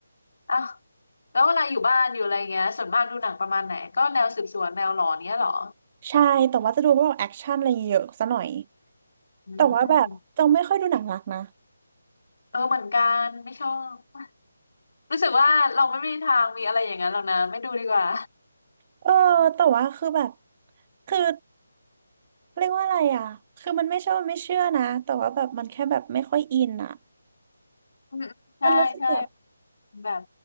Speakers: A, on the left; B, on the right.
A: อ่ะ แล้วเวลาอยู่บ้านอยู่อะไรเงี้ยส่วนมากดูหนังประมาณไหนก็แนวสืบสวนแนวหลอนเงี้ยเหรอ
B: ใช่แต่ว่าจะดูพวกแอคชั่นอะไรเยอะซะหน่อย
A: อืม
B: แต่ว่าแบบจะไม่ค่อยดูหนังรักนะ
A: เออเหมือนกันไม่ชอบรู้สึกว่าเราไม่มีทางมีอะไรอย่างนั้นหรอกนะไม่ดูดีกว่า
B: เออแต่ว่าคือแบบคือเรียกว่าอะไรอ่ะคือมันไม่ใช่ว่าไม่เชื่อนะแต่ว่าแบบมันแค่แบบไม่ค่อยอินอ่ะ
A: อืมๆใช่ใช่
B: มันรู้สึกแบบ
A: แบบ